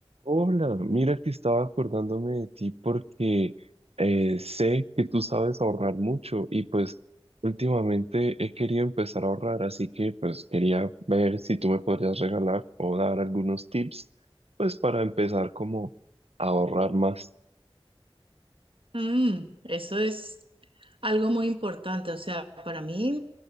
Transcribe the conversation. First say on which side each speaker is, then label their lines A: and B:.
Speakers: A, on the right; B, on the right.
A: Hola, mira que estaba acordándome de ti porque eh, sé que tú sabes ahorrar mucho y pues últimamente he querido empezar a ahorrar, así que pues quería ver si tú me podrías regalar o dar algunos tips pues para empezar como a ahorrar más.
B: Mm, eso es algo muy importante. O sea, para mí